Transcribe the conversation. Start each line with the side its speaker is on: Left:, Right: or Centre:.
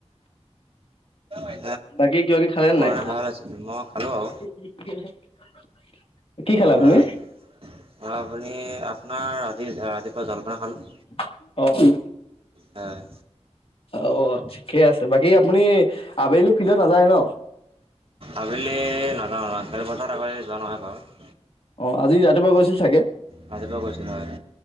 Right: এ
Left: বাকী কিবা কিবি খালে নে
Right: পোৱা
Left: নাই
Right: হেতেন ভাল আছিল, মই খালো বাও।
Left: <unintelligible> আপুনি
Right: হয়, আপুনি আপোনাৰ আজি ৰাতিপুৱা জলপান খালো।
Left: অ'।
Right: হয়।
Left: অ' ঠিকে আছে, বাকী আপুনি আবেলি ফিল্ডত নাযায় ন?
Right: আবেলি নাযাওঁ আজিকালি বজাৰত <unintelligible> যোৱা নহয় বাৰু।
Left: অঁ আজি ৰাতিপুৱা গৈছিলি চাগে?
Right: ৰাতিপুৱা গৈছিলো হয়।